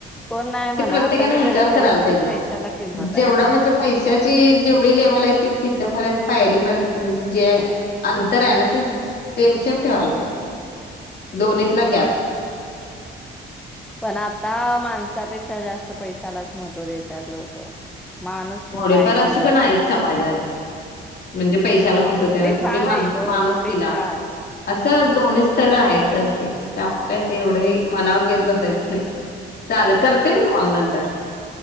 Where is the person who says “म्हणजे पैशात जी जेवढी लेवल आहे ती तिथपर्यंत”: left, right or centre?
Left